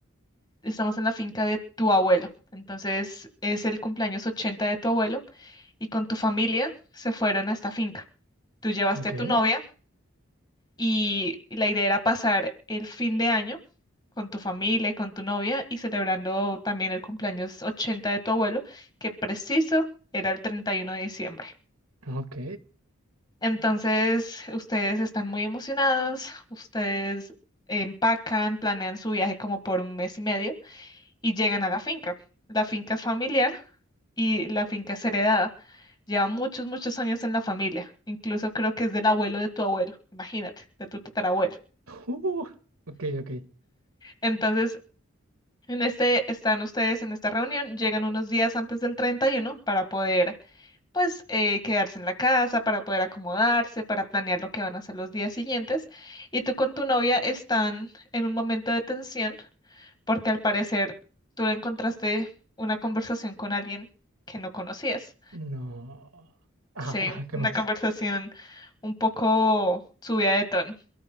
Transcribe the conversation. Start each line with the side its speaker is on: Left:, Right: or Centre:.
Left: estamos en la finca de tu abuelo. Entonces es el cumpleaños 80 de tu abuelo y con tu familia se fueron a esta finca. Tú llevaste
Right: Ok,
Left: a tu novia y la idea era pasar el fin de año con tu familia y con tu novia y celebrando también el cumpleaños 80 de tu abuelo, que preciso era el 31 de diciembre.
Right: ok,
Left: Entonces, ustedes están muy emocionados, ustedes empacan, planean su viaje como por un mes y medio y llegan a la finca. La finca es familiar y la finca es heredada. Lleva muchos, muchos años en la familia. Incluso creo que es del abuelo de tu abuelo. Imagínate, de tu tatarabuelo.
Right: uh, ok, ok,
Left: Entonces, en este, están ustedes en esta reunión, llegan unos días antes del 31 para poder, pues, eh, quedarse en la casa, para poder acomodarse, para planear lo que van a hacer los días siguientes. Y tú con tu novia están en un momento de tensión porque al parecer tú le encontraste una conversación con alguien que no conocías.
Right: no, ajá,
Left: Sí,
Right: ajá, ¿qué
Left: una
Right: más?
Left: conversación un poco subida de tono.